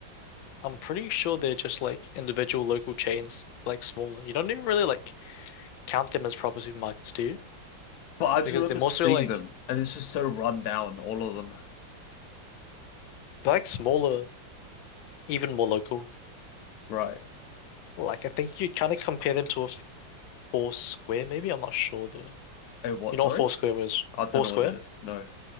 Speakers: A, on the left; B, on the left.
A: I'm pretty sure they're just like individual local chains, like smaller. You don't even really like count them as proper supermarkets, do you?
B: But I just
A: Because
B: remember
A: they're more
B: seeing
A: so like
B: them, and it's just so run down, all of them.
A: they're like smaller, even more local.
B: Right.
A: Like I think you kind of compare them to a Four Square, maybe. I'm not sure though.
B: Hey, what?
A: You
B: Sorry?
A: know what Four Square was?
B: I don't
A: Four
B: know
A: Square?
B: what that is. No.